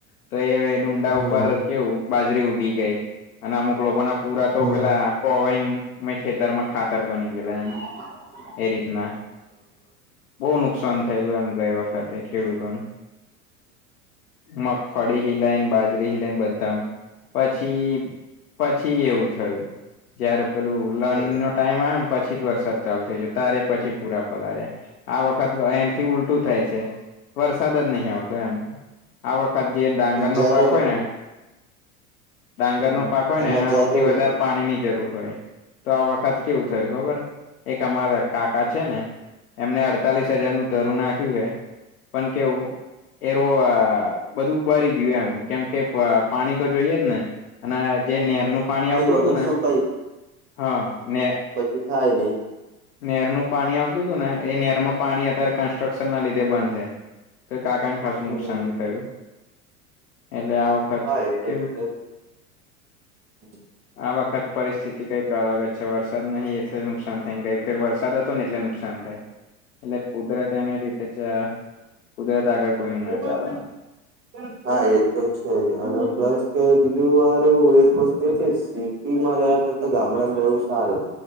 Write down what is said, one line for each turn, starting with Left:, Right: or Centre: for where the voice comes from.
Left: તો એ ડુડા
Right: હમ
Left: ઉપર કેવું બાજરી ઉગી ગઈ અને અમુક લોકો ના પૂરા તો
Right: હમ
Left: પેલા કોવેન મે ખેતરમાં ખાતર બની ગેલા એમ
Right: હ
Left: એ રીતના બો નુકસાન થયેલું એમ ગઈ વખતે ખેડૂતોન મગફળી, હિલાઈન, બાજરી હિલાઈન બધા પછી પછી એવું થયું જયારે પેલું લન
Right: હમ
Left: નો ટાઈમ આયો ને પછી વરસાદ ચાલુ થઈ જ તારે પછી પૂરા પલાળ્યા આ વખત એનાથી ઉલટું થાય છે. વરસાદ જ નહીં આવતો એમ આ વખત જે ડાંગરનો
Right: જરૂર
Left: પાક હોય ને ડાંગરનો
Right: હમ
Left: પાક હોય
Right: એમાં
Left: ને એના
Right: જરૂર
Left: હોથી વધારે પાણીની જરૂર હોય તો આ વખત કેવું થયું ખબર એક અમારા કાકા છે, ને એમને અડતાલીસ હજાર નું ધરુ નાખ્યું હે પણ કેવું એરુ આ બધું બરી ગયું એમ કેમ કે પ પાણી તો જોઈએ જ ને અને જે નેરનું પાણી આવતુંતું
Right: વગર
Left: ને
Right: સુકાઈ
Left: હા ને
Right: તે થાય લે
Left: નેરનું પાણી આવતું તું ને એ નેરમાં પાણી અત્યારે કન્સ્ટ્રક્શનના લીધે બંધ હે તો કાકાને ખાસું
Right: હમ
Left: નુકસાન થયું એટલે આ વખત
Right: હા એ ત
Left: કેવું
Right: છે, જ હ
Left: આ વખત પરિસ્થિતિ કઈક અલગ જ છે, વરસાદ નહીં એટલે નુકસાન થગંય ફેર વરસાદ હતો ને એટલે નુકસાન થાય એટલે કુદરત એને રી તે ચા કુદરત આગળ કોઈનું ના
Right: એવું
Left: ચાલે
Right: <inaudible>
Left: એમ
Right: હા એ તો છે જ અને પ્લસ બીજું હારું એક વસ્તુ એ કે સિટીમાં રે તો તો ગામડામાં રેવું સારું